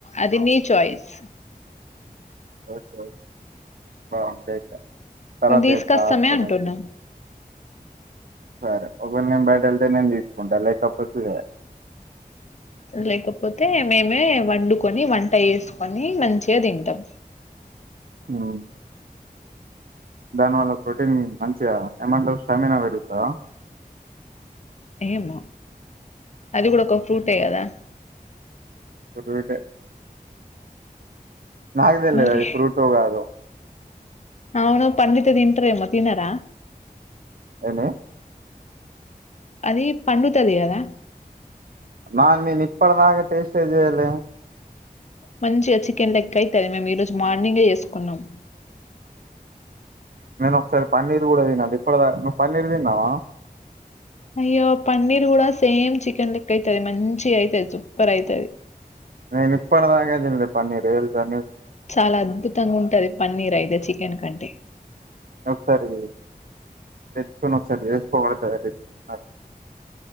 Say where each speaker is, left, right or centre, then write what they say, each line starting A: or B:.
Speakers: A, on the left; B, on the right.
A: అది నీ చాయిస్
B: ఓకేే ఆ తర్వరత
A: మేము తీసుకొస్తామే
B: చెప్తా ఆప్షన్తే
A: అంటున్నాం
B: సరే ఒకవేళ నేను బయట వెళ్తే నేను తీసుకుంటా లేకపోతే
A: లేకపోతే మేమే వండుకొని వం ట చేేసుకొని మంచిగా తింటాం
B: హు దానివల్ల ప్రోటీన్ మంచిగ ఏ మంటారు స్టామినా పెరుగుతదా
A: ఏమో అది కూడా ఒక ఫ్రూటే కదా
B: ఫుడ్ బిడే నాక్ తెల్వది
A: మరి
B: అది ఫ్రూట్గా కాదో
A: అవును పండితె తింటారేమో తినార
B: ఏమి
A: అది పండు తది కదా
B: నాీ నిన్ ఇప్పడి దాక టేస్ట్ ఏ చెయలే
A: మంచిగా చికెన్ లెక్క అయితది మేము ఈ రోజు మార్నింగే చేసుకున్నాం
B: నేను ఒకసారి పన్నీర్ కూడా తినాలి ఇప్పుడ్ దక్ నువ్వు పన్నీర్ తిన్నావా
A: అయ్యో పన్నీర్ కూడా సేమ్ చికెన్ లెక్క అయితది మంచిగ అయితది సూపర్ అయితది
B: నేను ఇప్పడిదక తినలే పన్నీరు తెల్సా
A: చాలా అద్భుతంగా ఉంటది పన్నీర్ అయితే చికెన్ కంటే
B: ఒకసారి తెచ్చుకొని ఒకసారి వేసుకోబడు తయార్ అ